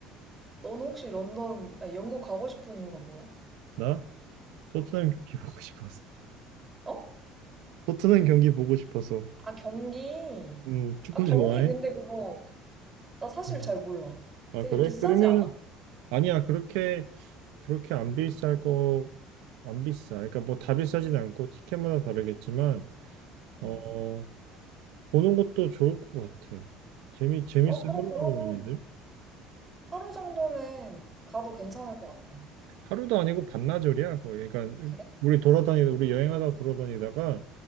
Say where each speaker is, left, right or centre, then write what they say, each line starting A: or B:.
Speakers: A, on the right; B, on the right.
A: 너는 혹시 런던, 아니, 영국 가고 싶은 이유가 뭐야?
B: 나? 토트넘
A: 어.
B: 경기 <laughs> 보고 싶어서.
A: 어?
B: 토트넘 경기 보고 싶어서.
A: 아, 경기.
B: 음, 축구
A: 아, 경기
B: 좋아해?
A: 근데 그거, 나 사실
B: 음.
A: 잘 몰라.
B: 아,
A: 되게
B: 그래?
A: 비싸지
B: 그러면은,
A: 않아?
B: 아니야, 그렇게, 그렇게 안 비쌀 거, 안 비싸. 그러니까 뭐 다 비싸진 않고 티켓마다 다르겠지만,
A: 응.
B: 어, 보는 것도 좋을 것 같아. 재미, 재밌어
A: 어, 그래,
B: 하더라고,
A: 그러면
B: 얘네들.
A: 하루 정도는 가도 괜찮을 것 같다.
B: 하루도 아니고 반나절이야 거의. 그러니까
A: 아, 그래?
B: 우리 돌아다니다 우리 여행하다 돌아다니다가